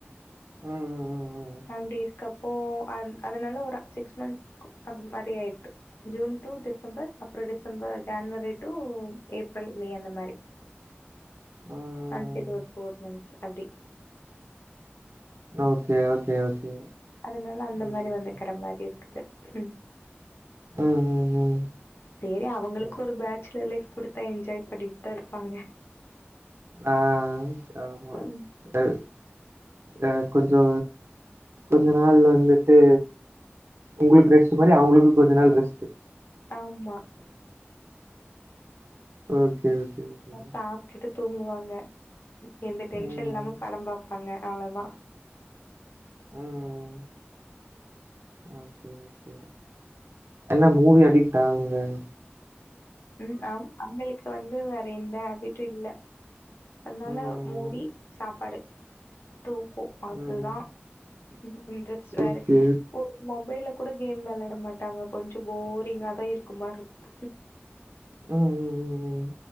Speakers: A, on the right; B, on the left.
A: ம்
B: அப்டி இருக்கப்போ அந் அதனால ஒரு சிக்ஸ் மந்த்ஸ் அது மாரி ஆயிடுது ஜூன் டூ டிசம்பர் அப்றோ December January to April May அந்த மாரி
A: ம்
B: அன்பேய்ட் வர்க் ஃபோர் மன்த்ஸ் அப்டி
A: ஓகே ஓகே ஓகே
B: அதுனால அந்த மாரி
A: ம்
B: வந்துக்கிற மாரி இருக்குது ம்
A: ம் ம்
B: செரி அவுங்களுக்கு
A: ம்
B: ஒரு பேச்சுலர் லைஃப் குடுத் என்ஜாய் பண்ணிட்டு தா இருப்பாங்க
A: ஆ ஆமா
B: ம்.
A: அ ஆ கொஞ்சோ கொஞ்ச நாள் வந்துட்டு உங்களுக்கு ரெஸ்ட் மாரி அவுங்களுக்கூ கொஞ்ச நாள் ரெஸ்ட்டு
B: ஆமா <inaudible>
A: ஓகே ஓகே ஓகேங்க
B: சாப்டுட்டு தூங்குவாங்க எந்த டென்ஷன்
A: ம்
B: இல்லாம படம் பாப்பாங்க அவ்ளோதா
A: ம் ஓகே ஓகே என்ன மூவி அடிக்டா அவுங்க
B: ம் ஆம் அவுங்ளுக்கு வந்து து வேறெந்த ஹேபிட்டூ இல்ல அத்னால
A: ம்
B: மூவி சாப்பாடு தூக்கும் அதுதான்
A: ம்
B: ம் இண்ட்ரஸ் வேற
A: ஓகே.
B: ஒரு மொபைல்ல கூட கேம் வெளையாட மாட்டாங்க கொஞ்சம் போரிங்கா தான் இருக்க மாரி இருக்கும்.
A: உம் உம் உம் உம்